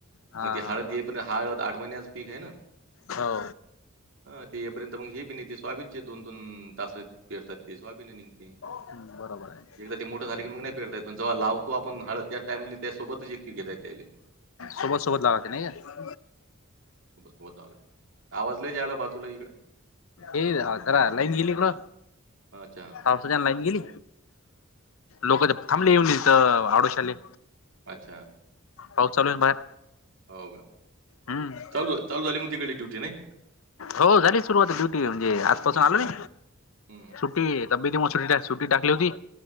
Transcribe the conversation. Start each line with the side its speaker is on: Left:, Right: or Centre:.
Left: हा
Right: मग ती
Left: हा
Right: हळद ये पण हळद आठ महिन्याच पीक आहे ना
Left: हो
Right: हा ते येपर्यंत मग ही बी न त स्वाबीनची दोन दोन तास पेरतात ते स्वायबिने निघते.
Left: बरोबर आहे.
Right: एकदा ते मोठं झाली की मग नाही पेरता येत पण जेव्हा लावतो आपण हळत त्या टाईमली त्यासोबतच एक पिक घेता येत. त्याले
Left: सोबत सोबत लावाते नाही का?
Right: बस पोहोचायला आवाजला आला लय बाजूला इकडे
Left: ये आरा लाईन गेली ना?
Right: हा चहा
Left: पावसाच्यान लाईन गेली लोक थांबले येऊनथ आडोशले
Right: अच्छा
Left: पाऊस चालू बाहेर
Right: हो का
Left: हम्म
Right: चालू चालू झाली मग तिकडली डयुटी नाही.
Left: हो झाली सुरुवात ड्युटी म्हणजे आजपासून आलो नयी
Right: हम्म हम्म
Left: सुट्टी तबबेती मुळ सुटीये सुटी टाकली होती